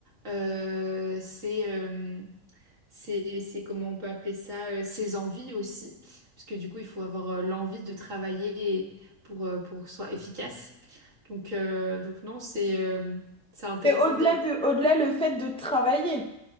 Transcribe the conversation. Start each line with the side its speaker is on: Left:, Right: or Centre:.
Right: euh, ses, euh, ses- ses- comment on peut appeler ça, euh, ses envies aussi. Parce que du coup, il faut avoir euh, l'envie de travailler et- pour, euh, pour que ce soit efficace. Donc, euh, donc non, c'est euh, c'est intéressant
Centre: Et au-delà de, au-delà le fait de travailler.